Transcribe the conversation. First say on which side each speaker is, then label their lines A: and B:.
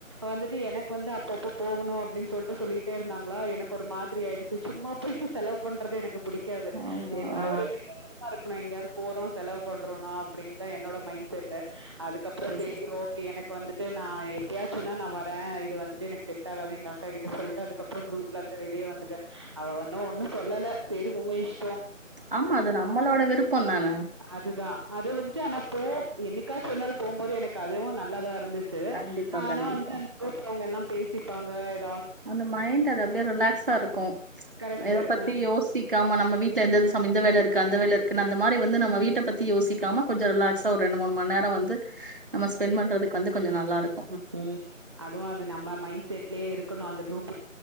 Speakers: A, on the right (about 20°); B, on the right (about 40°).
A: வந்துட்டு எனக்கு வந்து அப்பப்போ போகணு அப்படின்னு சொல்லிட்டு சொல்லிட்டே இருந்தாங்களா எனக்கு ஒரு மாதிரி ஆயிடுச்சு சும்மா போயிட்டு செலவு பண்றது எனக்கு புடிக் க்காது
B: ஆமா
A: ஏதா
B: ஆ
A: ஒரு பிரோஜனமா இருக் கனு எங்கயாவது போறோ செலவு பண்றோன்னா அப்டின்தா என்னோட மைண்ட் செட்டு அதுக்கப்பறோ
B: சரி
A: சேரி
B: சரி சரி
A: ஓகே எனக் வந்துட்டு நா எப்பயாச்சும்ன்னா நா வர இது வந்துட்டு எனக் செட் ஆகாது எங்க அக்கா கிட்ட சொல்லிட்டு அதுக்கப்பறோ குரூப்ல இருந்து வெளிய வந்துட்ட அவ ஒன்னு ஒன்னு சொல்ல சேரி உங்க இஸ்
B: ஆமா அது நம்மளோட விருப் ப்பந்தான
A: அதுதான். அது வந்துட்டு ஆனா போ என்னிக்காச்சு ஒரு நாளு போம்போது எனக்கு அதுவு நல்லதா இருந்துச்சு
B: கண்டிப்பா
A: ஆனா
B: கண்டிப்பா
A: வந்துட்டு அந்த கூப்பறவங்கெல்லா பேசிப்பாங்க எ
B: அந்த மைண்ட் அது அப்டியே ரிலாக்ஸா இருக்கு
A: கரெக்ட்டு.
B: எத பத்தி
A: அ.
B: யோசிக்காம நம்ம வீட்லருந்தது <unintelligible> இந்த வேலருக்கு அந்த வேலரு க்குன் அந்த மாரி வந்து நம்ம வீட்ட பத்தி யோசிக்காம கொஞ்சொ ரிலாக்ஸா ஒரு ரெண்டு மூணு மண்நேர வந்து நம்ம ஸ்பெண்ட் பண்றதுக்கு வந்து கொஞ்ச நல்லாருக்கு
A: ம் அதுவு அது நம்ம மைண்ட் செட்லயே இருக்கணு அந்த குரூப்